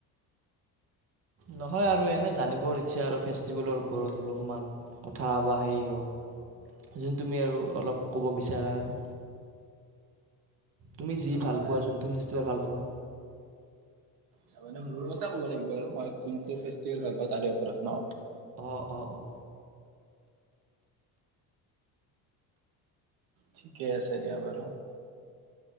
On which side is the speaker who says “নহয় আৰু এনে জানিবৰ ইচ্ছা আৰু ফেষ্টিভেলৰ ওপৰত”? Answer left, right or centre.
Right